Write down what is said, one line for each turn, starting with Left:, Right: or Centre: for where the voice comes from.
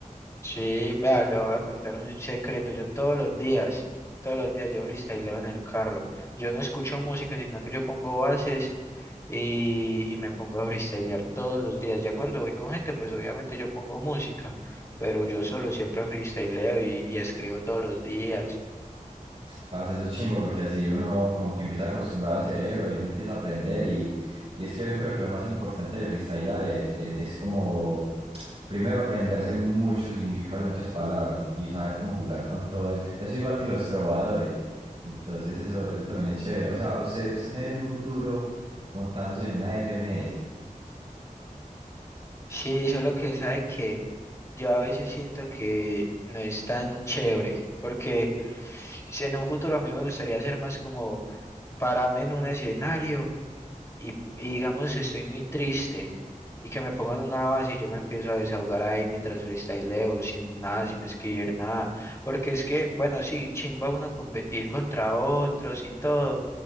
Left: Sí, vea, le voy a contar un secreto. Yo todos los días, todos los días yo freestyleo en el carro. Yo no escucho música, sino que yo pongo bases y, y me pongo a freestylear todos los días. Ya cuando voy con gente, pues obviamente yo pongo música, pero yo solo siempre freestyleo y, y escribo todos los días.
Right: Parce, eso es chimba porque así uno como que empieza a acostumbrar al cerebro y uno empieza a aprender y, y es que yo creo que lo más importante de freestylar es, es, es como primero aprenderse muchos significados de muchas palabras y saber cómo jugar con todo eso. Eso igual que los trovadores. Entonces eso, eso también es chévere. O sea, usted, usted se ve en un futuro montándose en una FMS,
Left: Sí, solo que sabe que yo a veces siento que no es tan chévere, porque si en un futuro a mí me gustaría ser más como pararme en un escenario y, y digamos estoy muy triste y que me pongan una base y yo me empiezo a desahogar ahí mientras freestyleo, sin nada, sin escribir nada, porque es que, bueno, sí, chimba uno competir contra otros y todo,